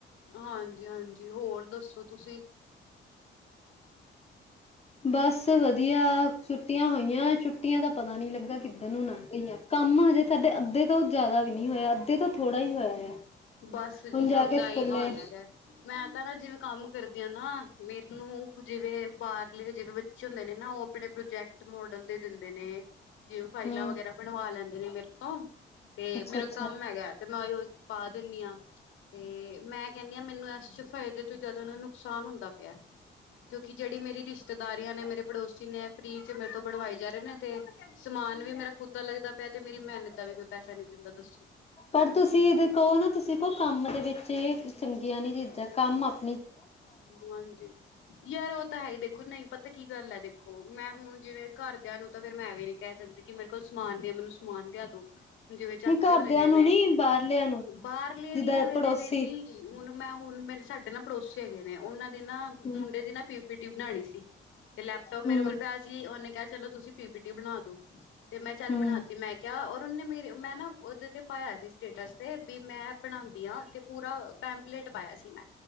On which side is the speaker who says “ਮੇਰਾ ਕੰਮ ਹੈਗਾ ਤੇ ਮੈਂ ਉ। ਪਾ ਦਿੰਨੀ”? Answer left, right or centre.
Left